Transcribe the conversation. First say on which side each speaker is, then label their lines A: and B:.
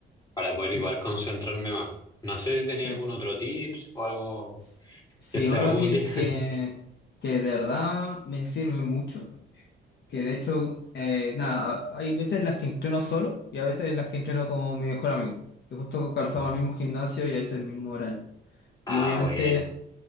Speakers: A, on the left; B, on the left.
A: para poder
B: sí,
A: igual concentrarme más. No sé si tenía
B: sí.
A: algún otro tips o algo
B: S- Sí,
A: que sea
B: otro
A: útil.
B: tip
A: <laughs>
B: que, que de verdad me sirve mucho Que de hecho, eh, nada, hay veces en las que entreno solo y a veces en las que entreno con mi mejor amigo, que justo calzamos
A: Mm.
B: el mismo gimnasio y es el mismo horario.
A: Ah,
B: Y obviamente
A: bueno.